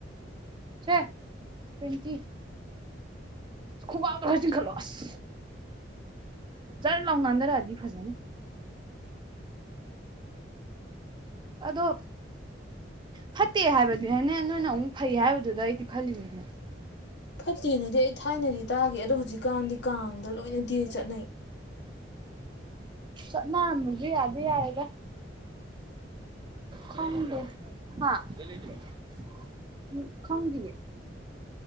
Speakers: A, on the right (about 25°); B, on the left (about 65°).
A: ꯁꯦ ꯇ꯭ꯋꯦꯟꯇꯤ ꯈꯣꯡꯒꯥꯎꯗ ꯈꯔ ꯆꯤꯡꯈꯠꯂꯣ ꯑꯁ ꯆꯖꯔ ꯂꯥꯎ ꯅꯥꯟꯊꯔꯛꯑꯗꯤ ꯐꯖꯅꯤ ꯑꯗꯣ ꯐꯠꯇꯦ ꯍꯥꯏꯕꯗꯤ ꯍꯅꯦ ꯅꯣꯏꯅ ꯑꯃꯨꯛ ꯐꯩ ꯍꯥꯏꯕꯗꯨꯗ ꯑꯩꯗꯤ ꯈꯜꯂꯤꯅꯤꯅꯦ
B: ꯐꯠꯇꯦꯅꯗꯤ ꯑꯩ ꯊꯥꯏꯅꯗꯤ ꯇꯥꯒꯦ ꯑꯗꯣ ꯍꯧꯖꯤꯛꯀꯥꯟꯗꯤ ꯀꯥꯡꯗ ꯂꯣꯏꯅ ꯗꯦꯠꯇꯤ ꯆꯠꯅꯩ
A: ꯁꯅꯥ ꯃ ꯌꯥꯗ ꯌꯥꯔꯦꯗ ꯈꯪꯗꯦ ꯍꯥ ꯁꯤꯗꯩꯩ ꯂꯩꯗꯣꯏꯔꯣ ꯀꯪꯗꯤꯌꯦ